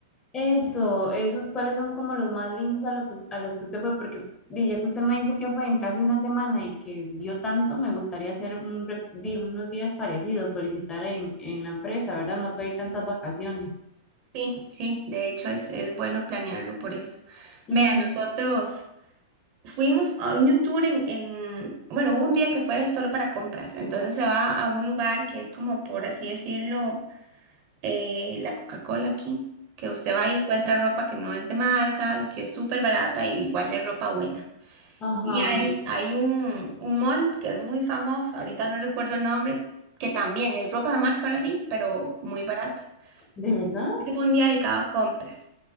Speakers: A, on the left (about 25°); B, on the right (about 45°).
A: Eso, esos cuáles son como los más lindos a, lo que us- a los que usted fue, porque di, ya que usted me dice que fue en casi una semana y que vio tanto, me gustaría hacer un, re- di, unos días parecidos, solicitar en, en la empresa, ¿verdad? No pedir tantas vacaciones.
B: Sí, sí, de hecho es, es bueno planearlo por eso.
A: Ujú,
B: Vea, nosotros fuimos a un tour en, en, bueno, hubo un día que fue solo para compras, entonces se va a un lugar que es como, por así decirlo, eh, la Coca-Cola aquí, que usted va y encuentra ropa que no es de marca y que es súper barata y igual es ropa buena.
A: Ajá.
B: Y hay, hay un, un mall que es muy famoso, ahorita no recuerdo el nombre, que también es ropa de marca ahora sí, pero muy barata.
A: ¿De verdad?
B: Ese fue un día dedicado a compras.